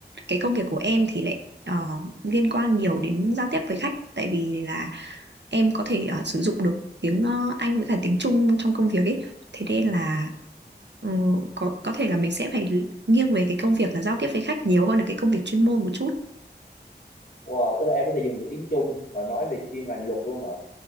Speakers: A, on the right (about 80°); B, on the left (about 50°).
A: cái công việc của em thì lại ờ, liên quan nhiều đến giao tiếp với khách tại vì là em có thể ờ, sử dụng được tiếng ờ, Anh với cả tiếng Trung trong công việc ấy thế nên là
B: Ừ.
A: ừ, có có thể là mình sẽ phải nghiêng về cái công việc là giao tiếp với khách nhiều hơn là cái công việc chuyên môn một chút
B: wow tức là em có thể dùng được tiếng Trung mà nói về chuyên ngành luật luôn hả